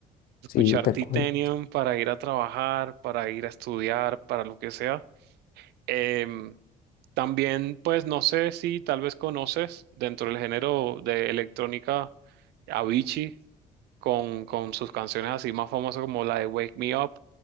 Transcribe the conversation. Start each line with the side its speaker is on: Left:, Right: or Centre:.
Right: Escuchar
Left: sí, tal
Right: Titanium
Left: cual.
Right: para ir a trabajar, para ir a estudiar, para lo que sea. Em, también, pues no sé si tal vez conoces dentro del género de electrónica Avicii con, con sus canciones así más famosas como la de Wake Me Up.